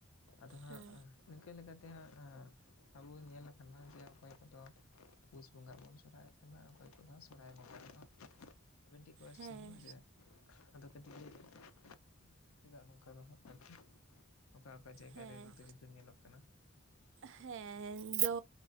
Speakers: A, on the left; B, on the right.
A: ᱟᱫᱚ ᱦᱟᱸᱜ
B: ᱦᱮᱸ
A: ᱱᱤᱝᱠᱟᱹ ᱞᱮᱠᱟ ᱛᱮ ᱦᱟᱸᱜ ᱟᱵᱳ ᱧᱮᱞ ᱠᱟᱱᱟ ᱡᱮ ᱚᱠᱚᱭ ᱠᱚᱫᱚ ᱯᱩᱥ ᱵᱚᱸᱜᱟ ᱵᱚᱱ ᱥᱚᱨᱦᱟᱭᱚᱜ ᱠᱟᱱᱟ ᱚᱠᱚᱭ ᱠᱚᱫᱚ‌ ᱦᱟᱸᱜ ᱥᱚᱨᱦᱟᱭ ᱵᱚᱸᱜᱟ <inaudible> ᱟᱵᱮᱱ ᱴᱷᱤᱡ ᱠᱚᱥᱪᱟᱱ
B: ᱦᱮᱸ
A: ᱡᱮ ᱟᱫᱚ ᱠᱟᱹᱴᱤᱡ ᱞᱟᱹᱭ ᱵᱮᱱ ᱪᱮᱫᱟᱜ ᱱᱚᱝᱠᱟ ᱫᱚ ᱦᱟᱸᱜ ᱟᱨᱠᱤ, ᱚᱠᱟ ᱚᱠᱟ ᱡᱟᱭᱜᱟ
B: ᱦᱮᱸ
A: ᱨᱮ ᱡᱩᱫᱟᱹ ᱡᱩᱫᱟᱹ ᱧᱮᱞᱚᱜ ᱠᱟᱱᱟ ᱾
B: ᱦᱮᱸ ᱤᱧ ᱫᱚᱼᱼ